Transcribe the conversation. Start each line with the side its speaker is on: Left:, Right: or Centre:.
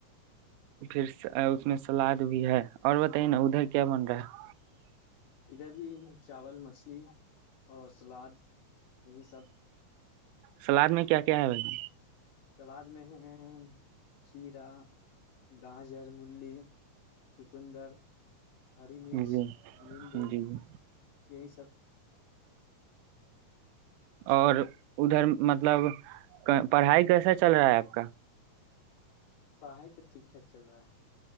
Right: پھر اس میں سلاد بھی ہے اور بتائیے نا ادھر کیا بن رہا ہے
Left: ادھر بھی چاول مچھلی اور سلاد یہی سب
Right: سلاد میں کیا کیا ہے بھیا
Left: سلاد میں ہے چیرا گاجر ملی چقندر ہری مرچ
Right: جی
Left: نیمبو
Right: جی جی
Left: یہی سب
Right: اور ادھر مطلب پڑھائی کیسا چل رہا ہے آپ کا
Left: پڑھائی تو ٹھیک ٹھاک چل رہا ہے